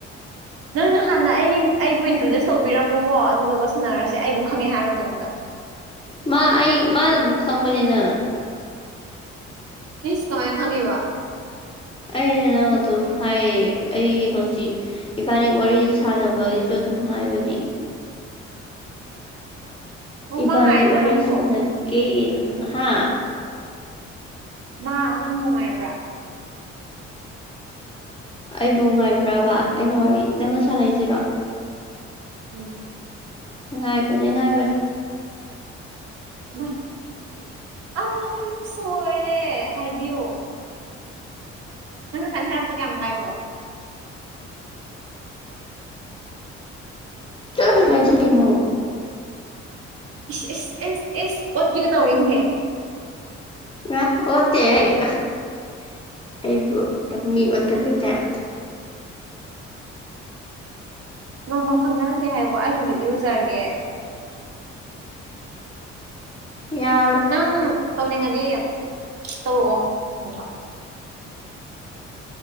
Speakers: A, on the right; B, on the left.
A: ꯅꯪꯅ ꯍꯥꯟꯅ ꯑꯩ ꯑꯩꯕꯨ ꯏꯟꯇ꯭ꯔꯣꯗ꯭ꯌꯨꯁ ꯇꯧꯕꯤꯔꯝꯃꯣꯀꯣ ꯑꯗꯨꯗꯨꯒ ꯁꯥꯟꯅꯔꯁꯦ ꯑꯩꯕꯨ ꯈꯪꯉꯦ ꯍꯥꯏ ꯃꯇꯝꯗ
B: ꯃꯥ ꯑꯩ ꯃꯥꯅ ꯑꯗꯨꯝ ꯈꯪꯕꯅ‌ꯦ ꯅꯪ
A: ꯏꯁ ꯀꯃꯥꯏꯅ ꯈꯪꯉꯦꯕ
B: ꯑꯩꯅ ꯅꯪ ꯑꯗꯨꯝ ꯍꯥꯏꯌ‌ꯦ ꯑꯩ ꯍꯧꯖꯤꯛ ꯏꯕꯥꯅꯤ ꯋꯥꯔꯤ ꯁꯥꯟꯅꯕꯒꯤꯁꯨ ꯑꯗꯨꯝ ꯍꯥꯏꯕꯅꯤ
A: ꯑꯣ
B: ꯏꯕꯥꯅꯤ
A: ꯃꯥ ꯉꯥꯏꯕ꯭ꯔꯥ
B: ꯋꯥꯔꯤ
A: ꯅꯪꯕꯣ
B: ꯁꯥꯟꯅꯀ‌ꯦꯅ ꯍꯥ
A: ꯃꯥ ꯅꯪꯕꯨ ꯉꯥꯏꯕ꯭ꯔꯥ
B: ꯑꯩꯕꯨ ꯉꯥꯏꯕ꯭ꯔꯥꯕ ꯑꯩꯅ ꯋꯥꯔꯤ ꯅꯪꯒ ꯁꯥꯟꯅꯩꯁꯤꯔꯣ
A: ꯎꯝ ꯎꯝ
B: ꯉꯥꯏꯕꯅꯦ ꯉꯥꯏꯕꯅꯦ
A: ꯃꯥ ꯑꯥꯁ ꯁꯣꯏꯔꯦ ꯍꯥꯏꯕꯤꯌꯣ ꯅꯪ ꯉꯁꯥꯏꯅ ꯍꯥꯏꯔꯛꯄ ꯀꯥꯌꯥꯝ ꯀꯥꯏꯕ꯭ꯔꯣ
B: ꯆꯠꯂꯣꯍꯦ ꯀꯥꯏ ꯆꯠꯂꯤꯅꯣ
A: ꯏꯁ ꯏꯁ ꯏꯁ ꯏꯁ ꯑꯣꯠꯄꯤꯒ ꯇꯧꯔꯤꯅꯦꯍꯦ
B: ꯃꯥ ꯑꯣꯠꯇꯦꯍꯦ ꯑꯩꯕꯨ ꯌꯥꯝ ꯃꯤ ꯑꯣꯠꯀꯟꯕꯩ
A: ꯑ
B: ꯇ꯭ꯌꯥꯞꯇ
A: ꯅꯣꯡꯃ ꯈꯪꯅꯔꯁꯦ ꯍꯥꯏꯌꯨꯀꯣ ꯑꯩ ꯍꯧꯖꯤꯛ ꯏꯔꯨꯖꯔꯒꯦ
B: ꯌꯥꯏ
A: ꯅꯪ ꯇꯧꯅꯤꯡꯉꯗꯤ ꯇꯧꯔꯛꯑꯣ ꯑꯃꯨꯛꯀ